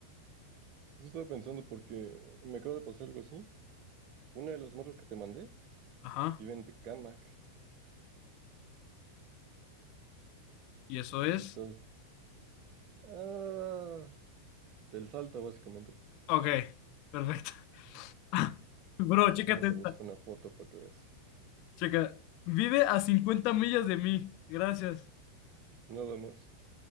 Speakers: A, on the right (about 40°); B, on the left (about 40°).
A: Eso estaba pensando porque me acaba de pasar algo así. Una de las morras que te mandé
B: Ajá,
A: vive en Tecámac,
B: y eso es.
A: que estás ah, del Salto, básicamente.
B: Ok, perfecto. <laughs> Bro,
A: Déjame
B: chécate
A: te
B: esta.
A: busco una foto para que veas.
B: Checa. Vive a 50 millas de mí. Gracias.
A: Nada más.